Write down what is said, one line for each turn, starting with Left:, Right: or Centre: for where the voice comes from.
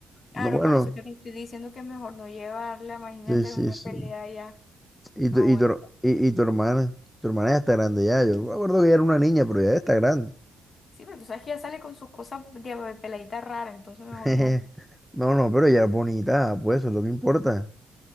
Left: Aro,
Centre: No, bueno,
Left: por eso es que te estoy diciendo que es mejor no llevarla. Imagínate
Centre: sí, sí,
Left: una
Centre: sí.
Left: pelea ya.
Centre: Y tu,
Left: No
Centre: y
Left: aguanta.
Centre: tu, her- y, y tu hermana, tu hermana ya está grande ya. Yo me acuerdo que ella era una niña, pero ya está grande.
Left: Sí, pero tú sabes que ella sale con sus cosas de peladita rara, entonces mejor
Centre: <laughs>
Left: no.
Centre: No, no, pero ella es bonita, pues eso es lo que importa.